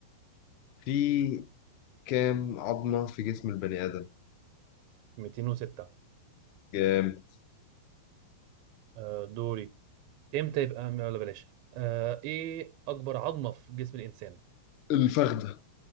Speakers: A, on the left; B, on the right.
A: في كام عظمه في جسم البني ادم
B: 206
A: كام
B: أه دوري امتى يبقى ولا بلاش أه ايه اكبر عظمه في جسم الانسان
A: الفخده